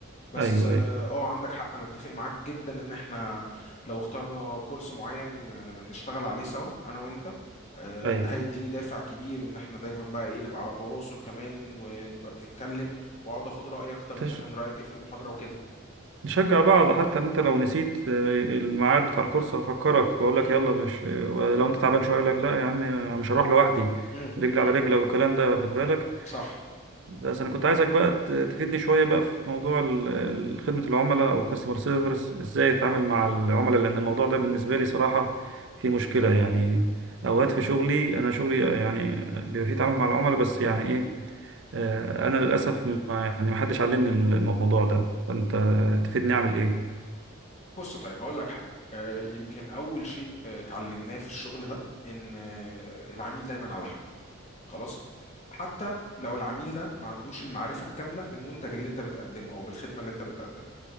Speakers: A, on the left; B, on the right.
A: بس
B: أيوه
A: اه
B: أيوه
A: آه، عندك حق انا اتفق معاك جدا ان احنا لو اخترنا كورس معين آه، نشتغل عليه سوا انا وانت آه،
B: أيوه
A: ده هيديني دافع كبير ان احنا دايما بقى ايه نبقى على تواصل كمان ونبقى بنتكلم واقعد اخد رايك طب
B: تش...
A: انت كان رايك ايه في المحاضره وكده
B: نشجع بعض حتى إن أنت لو نسيت آه، الميعاد بتاع الكورس هفكرك وأقول
A: امم
B: لك يلا مش لو أنت تعبان شوية أقول لك لا يا عم أنا مش هروح لوحدي
A: امم
B: رجل
A: امم
B: على رجلك والكلام ده واخد بالك
A: صح
B: بس انا كنت عايزك بقى ت- تفيدني شويه بقى في موضوع ال- ال- خدمه العملاء او كاستمر سيرفيس ازاي اتعامل مع العملاء لان الموضوع ده بالنسبه لي صراحه في مشكله يعني اوقات في شغلي انا شغلي يعني بيبقى فيه تعامل مع العملاء بس يعني ايه آه، انا للاسف ما يعني ما حدش علمني الم- الموضوع ده فانت تفيدني اعمل ايه
A: بص طيب هقول لك حاجة آه، يمكن أول شيء آه، اتعلمناه في الشغل ده إن آه، العميل دايما على حق خلاص حتى لو العميل ده ما عندوش المعرفة الكاملة بالمنتج اللي أنت بتقدمه أو بالخدمة اللي أنت بتقدمها